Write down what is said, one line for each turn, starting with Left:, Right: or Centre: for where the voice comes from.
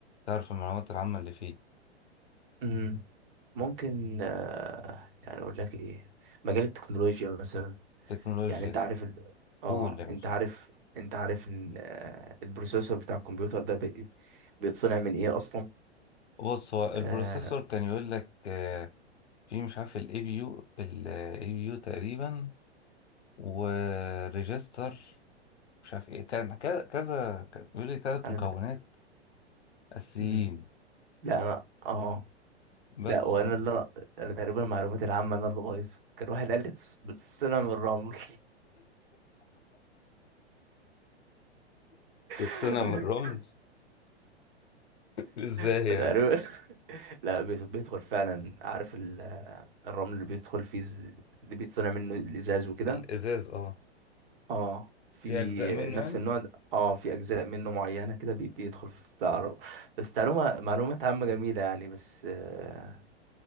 Left: تعرف المعلومات العامه اللي فيه
Right: مم. ممكن آه، يعني اقول لك ايه مجال التكنولوجيا مثلا
Left: تكنولوجيا
Right: يعني انت عارف ال... اه
Left: قول يا باشا
Right: انت عارف انت عارف ان آه، البروسيسور بتاع الكمبيوتر ده بي... بيتصنع من ايه اصلا
Left: بص هو البروسيسور
Right: آه،
Left: كان يقول لك آه، في مش عارف الاي بي يو الاي بي يو تقريبا وريجستر مش عارف ايه كان كذا كذا كان بيقول لي ثلاث
Right: انا
Left: مكونات اساسيين
Right: مم. لا انا اه لا
Left: بس
Right: وانا اللي انا أنا تقريبا المعلومات العامه انا اللي بايظه كان واحد قال لي بتتصنع من الرمل
Left: فتتصنع
Right: <laughs>
Left: من الرمل <laughs> ازاي
Right: فتقريبا
Left: يعني
Right: <laughs> لا بي- بيدخل فعلا عارف ال- الرمل اللي بيدخل فيه ز- اللي بيتصنع منه الازاز وكده
Left: الازاز اه
Right: اه في
Left: في اجزاء منه
Right: نفس
Left: يعني
Right: النوع ده اه في اجزاء منه معينه كده بي- بيدخل في بتاع الرمل بس معلومه معلومات عامه جميله يعني بس آه